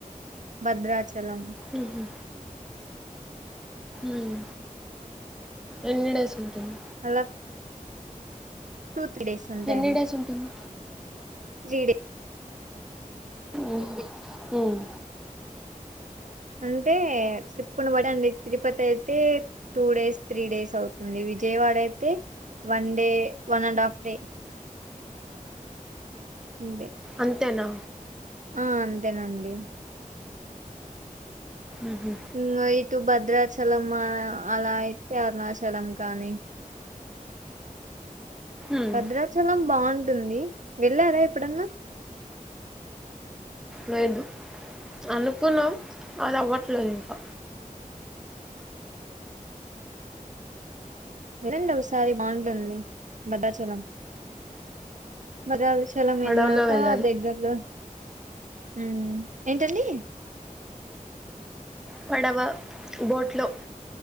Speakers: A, on the right (about 60°); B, in the centre.
A: భద్రాచ చలం
B: ఉహు ఉమ్ ఎన్ని డేస్ ఉంటుంది
A: అలా టూ త్రీ డేస్ అంతే
B: ఎన్ని
A: అండి
B: డేస్ ఉంటుంది
A: త్రీ డే
B: ఉహు ఉమ్
A: అంటే ట్రిప్పుకుడండి అండి తిరుపతి అయితే టూ డేస్ త్రీ డేస్ అవుతుంది విజయవాడ అయితే one day one and half day ఉందే
B: అంతేనా
A: ఆ అంతేనండి
B: ఉహు
A: ఉంగయి ఇటు భద్రాచలం అలా అయితే అరుణాచలం కానీ
B: ఉమ్
A: భద్రాచలాం బాగుంటుంది వెళ్ళారా ఎప్పుడన్నా
B: లేదు అనుకున్న అలా వ ప్లో ఇంకా
A: వినండి ఒకసారి బాగుంటుంది భద్రాచలం మరి రాచ్ చలం
B: పడవలో
A: వెళ్ళాక
B: వెళ్ళాలి
A: దగ్గర్లో ఉమ్ ఏంటండి
B: పడవ బోట్లో